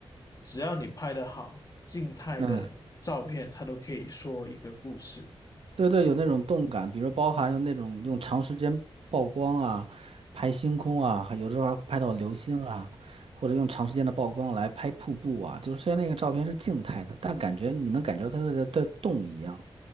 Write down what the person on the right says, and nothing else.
嗯，对对，
有那种动感，比如包含用那种用长时间曝光啊，拍星空啊，还有的时候还拍到流星啊，或者用长时间的曝光来拍瀑布啊，就是虽然那个照片是静态的，但感觉你能感觉到它在在在动一样。